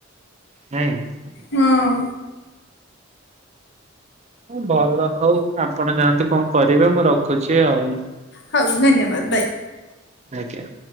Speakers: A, on the right; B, on the left.
A: ନାଇଁ <unintelligible>
B: ହଁ
A: ହଁ ଭଲ ହଉ। ଆପଣ ଯାଆନ୍ତୁ କଣ କରିବେ ମୁଁ ରଖ ରଖୁଛି ଆଉ
B: ହଉ ଧନ୍ୟବାଦ ବାଇ।
A: ଆଜ୍ଞା।